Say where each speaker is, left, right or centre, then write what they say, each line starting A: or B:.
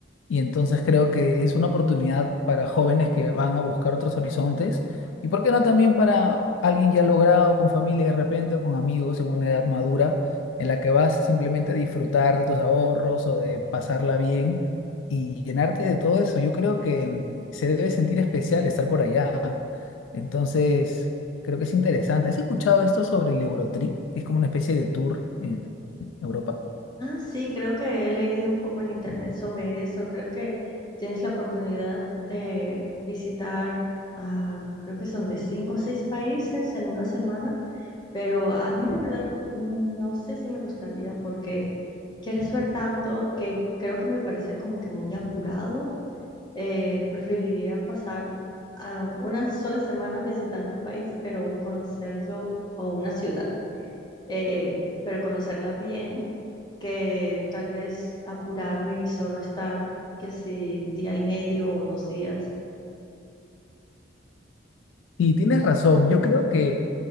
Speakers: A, on the left (about 80°); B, on the left (about 20°).
A: Y entonces creo que es una oportunidad para jóvenes que van a buscar otros horizontes y por qué no también para alguien ya logrado con familia de repente o con amigos en una edad madura en la que vas simplemente a disfrutar de tus ahorros o de pasarla bien y llenarte de todo eso. Yo creo que mm, se debe sentir especial estar por allá. Entonces, creo que es interesante. ¿Has escuchado esto sobre el Eurotrip? que Es como una especie de tour en Europa.
B: Ah, sí, creo que he leído un poco en internet sobre eso. Creo que tienes la oportunidad de visitar, ah, creo que son de cinco a seis países en una semana, pero a mí de verdad mm, no sé si me gustaría porque quieres ver tanto que creo que me parece como que muy apurado Eh, preferiría pasar ah, una sola semana visitando un país, pero conocerlo, o una ciudad, eh, pero conocerla bien, que tal vez apurarme y solo estar, que si día y medio o dos días.
A: Y tienes razón, yo creo que...